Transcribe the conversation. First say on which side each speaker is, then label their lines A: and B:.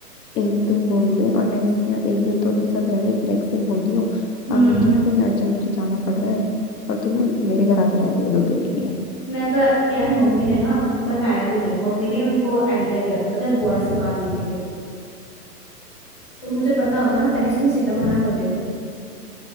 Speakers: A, on the left; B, on the left.
A: एक दिन बोल दे और नेक्स्ट एक दिन तो उनके साथ रह ले नेक्स्ट दिन बोल दियो
B: हम्म
A: "आ, मुझे ना कहीं अर्जेंटली जाना पड़ रहा है और तू ना मेरे घर आके रह लियो दो दिन के लिए
B: मैं तो यार मम्मी ने ना बताया भी नहीं मम्मी ने उनको आइडिया दिया था पता है बुआ से बात हुई थी मेरी तो मुझे पता होता ना पहले से मैं सीधा मना कर देती